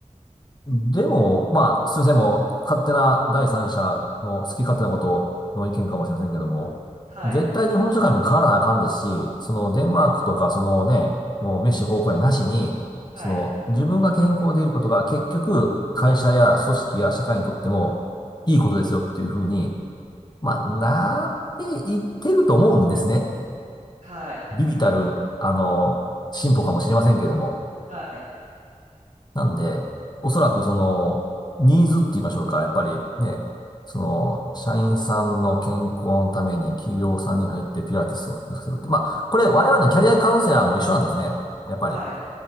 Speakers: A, on the left (about 35°); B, on the right (about 70°).
A: ーでも、まあ、すいません、もう、勝手な第三者の好き勝手なことの意見かもしれませんけども、
B: はい、
A: 絶対日本社会も変わらなあかんですし、そのデンマークとか、そのね、もうメッシ方向やなしに、
B: はい、
A: その自分が健康でいることが結局、会社や組織や社会にとってもいいことですよっていうふうに、まあ、なっていってると思うんですね。
B: はい、
A: 微々たる、あの、進歩かもしれませんけども。
B: はい、
A: なんで、おそらくその、ニーズって言いましょうか。やっぱりね、その、社員さんの健康のために企業さんに入ってピラティスを普及させるって。まあ、これ我々のキャリアカウンセラーも一緒なんですね。やっぱり。
B: はい。